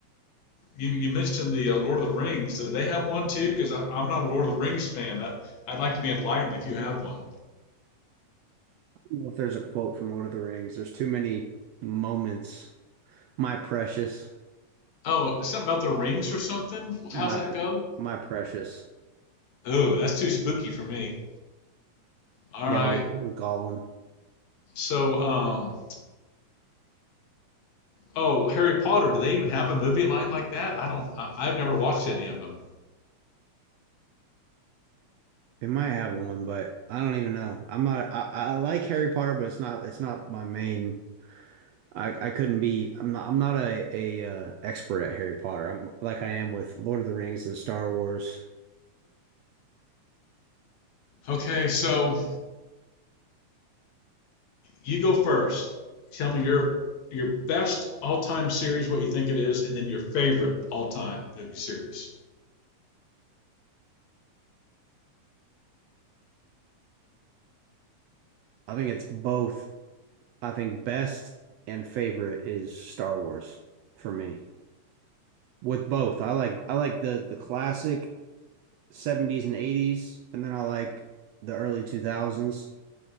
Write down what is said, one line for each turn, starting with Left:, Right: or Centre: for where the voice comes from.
Left: you, you mentioned the uh, Lord of the Rings. Do they have one too? Because I'm not a Lord of the Rings fan. I, I'd like to be enlightened if you
Right: I don't
Left: have one.
Right: know if there's a quote from Lord of the Rings, there's too many moments. My precious,
Left: Oh, something about the rings or something?
Right: my
Left: How's that
Right: pr
Left: go?
Right: my precious.
Left: Oh, that's too spooky for me. All
Right: Yeah,
Left: right.
Right: with with Gollum.
Left: So, um, oh, Harry Potter. Do they even have a movie line like that? I don't. I, I've never watched any of them.
Right: It might have one, but I don't even know. I'm not. I, I like Harry Potter, but it's not. It's not my main. I, I couldn't be. I'm not. I'm not a a uh, expert at Harry Potter. I'm like I am with Lord of the Rings and Star Wars.
Left: Okay, so you go first. Tell me your your best all-time series, what you think it is, and then your favorite all-time movie series.
Right: I think it's both. I think best and favorite is Star Wars for me. With both, I like I like the the classic 70s and 80s, and then I like the early 2000s.